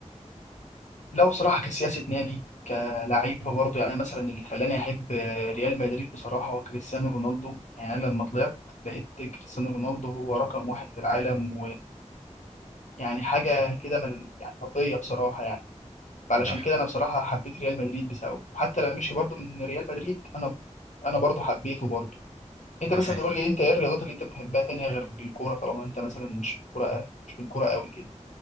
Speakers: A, on the left; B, on the right.
A: لو بصراحه كسياسه نادي كلعيبه برضه يعني مثلا اللي خلاني احب ريال مدريد بصراحه هو كريستيانو رونالدو يعني أنا لما طلعت لقيت كريستيانو رونالدو هو رقم واحد في العالم ويعني حاجه كده من يعني خرافيه بصراحه يعني علشان
B: ده ح-
A: كده انا بصراحه حبيت ريال مدريد بسببه حتى لما مشي برضه من ريال مدريد انا انا برضه حبيته برضه انت
B: ده
A: مثلا
B: حقيقي
A: قول لي انت ايه الرياضات اللي انت بتحبها تانية غير الكوره طالما انت مثلا مش في الكوره مش في الكوره قوي كده